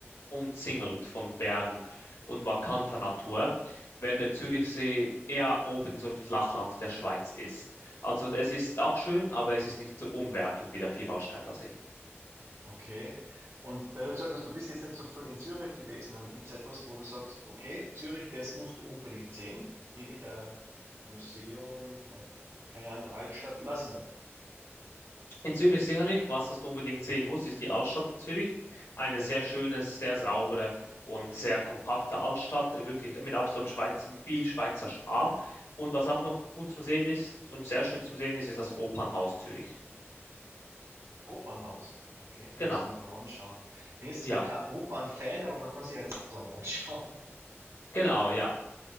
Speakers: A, on the left (about 80°); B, on the right (about 85°).
A: umzingelt von Bergen und markanter Natur, während der Zürichsee eher oben so im Flachland der Schweiz ist. Also es ist auch schön, aber es ist nicht so umwerfend wie der Vierwaldstätter See.
B: Okay. Und weil du gesagt hast, du bist jetzt nicht so viel in Zürich gewesen, aber gibt es etwas, wo du sagst, okay, Zürich, das musst du unbedingt sehen? Irgendein Museum, äh, keine Ahnung, Altstadt, ich weiß es nicht.
A: In Zürich sicherlich, was das du unbedingt sehen musst, ist die Altstadt von Zürich. Eine sehr schöne, sehr saubere und sehr kompakte Altstadt, wirklich mit absolut Schweiz, mit viel Schweizer Charme. Und was auch noch gut zum Sehen ist und sehr schön zum Sehen ist, ist das Opernhaus Zürich.
B: Opernhaus, okay,
A: Genau,
B: muss ich mir mal anschauen. Bin jetzt
A: ja,
B: zwar kein Opernfan, aber man kann sich ja das mal anschauen.
A: genau, ja.